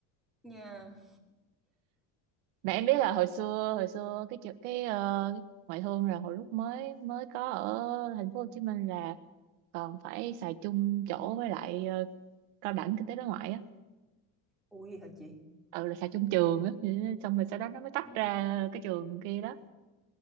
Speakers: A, in the centre; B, on the right.
A: nha
B: Mà em biết là hồi xưa hồi xưa cái chợ- cái, ờ, ngoại thương là hồi lúc mới mới có ở thành phố Hồ Chí Minh là còn phải xài chung chỗ với lại ờ, cao đẳng kinh tế đối ngoại á
A: ui hả chị
B: ừ là xài chung trường á Ừ, xong rồi sau đó nó mới tách
A: Ừ.
B: ra cái trường kia đó